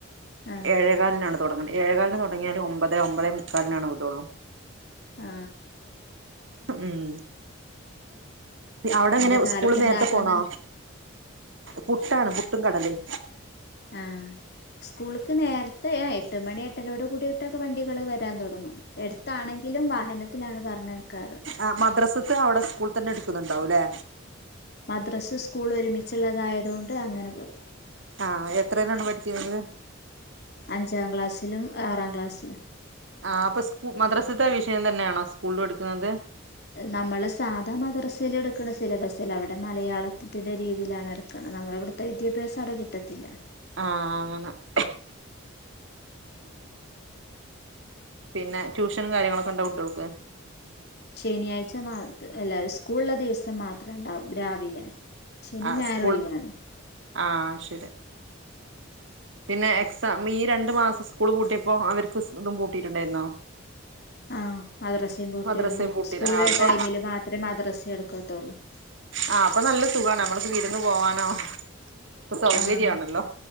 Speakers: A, on the left; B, on the right.
A: ആഹ്
B: ഏഴേകാലിനാണ് തുടങ്ങന്ന് ഏഴേ കാലിന് തുടങ്ങിയാല് ഒമ്പത് ഒമ്പതേ മുക്കാലിനാണ് വിടുള്ളൂ
A: ആ
B: ഉം അവിടെ എങ്ങനെ
A: എന്താ കാലത്ത്ണ്ടാക്ക്ന്ന്
B: സ്കൂള് നേരത്തെ പോണോ പുട്ടാണ് പുട്ടും കടലിം
A: ആ സ്കൂളിക്ക് നേരത്തെ എട്ട് മണി എട്ടരോട് കൂടിയിട്ടൊക്കെ വണ്ടികള് വരാൻ തുടങ്ങും എടുത്താണെങ്കിലും വാഹനത്തിലാണ് പറഞ്ഞയക്കാറ്
B: ആ മദ്രാസത്തെ അവിടെ സ്കൂളിൽ തന്നെ എടുക്കുന്നുണ്ടാവും അല്ലേ
A: മദ്രസിം സ്കൂളും ഒരുമിച്ചുള്ളതായതു കൊണ്ട് അങ്ങനെ പോകും
B: ആ എത്രയിലാണ് പഠിച്ചിരുന്നത്
A: അഞ്ചാം ക്ലാസ്സിലും ആറാം ക്ലാസ്സിലും
B: ആ അപ്പൊ സ്ക്കൂ- മദ്രാസത്തെ വിഷയം തന്നെയാണോ സ്കൂളിലും എടുക്കുന്നത്
A: നമ്മള് സാധാ മദർസയില എടുക്കുന്ന സിലബസ്സല്ല അവിടെ മലയാളത്തിന്റെ രീതിയിലാണ് എടുക്കുന്നത് നമ്മള ഇവിടെ വിദ്യാഭ്യാസം അവിടെ കിട്ടത്തില്ല
B: അ ആ ഉം പിന്നെ ട്യൂഷനും കാര്യങ്ങളൊക്കെ ഉണ്ടോ കുട്ടികൾക്ക്
A: ശനിയാഴ്ച മാ അല്ല സ്കൂളുള്ള ദിവസം മാത്രം ഉണ്ടാവും രാവിലെ ശനി
B: ആ
A: ഞായർ
B: സ്കൂൾന്ന്
A: ഒഴിവാണ്
B: ആ ശരി
A: <inaudible>
B: പിന്നെ എക്സാം ഈ രണ്ടു മാസം സ്കൂള് പൂട്ടിയപ്പോ അവർക്ക് ഇതും പൂട്ടിയിട്ടുണ്ടായിരുന്നോ
A: ആഹ് മദ്രസയും പൂട്ടിയിരുന്നു
B: മദ്രസയും പൂട്ടി
A: സ്കൂള്
B: ആഹ്
A: ഇള്ള
B: അപ്പൊ
A: ടൈമില് മാത്രമേ മദ്രസിം എടുക്കത്തൊള്ളൂ
B: ആഹ് അപ്പം നല്ല സുഖാണ് നമ്മൾക്ക് വിരുന്ന് പോവാനോ ഒക്കെ സൗകര്യവാണല്ലോ?
A: ആഹ്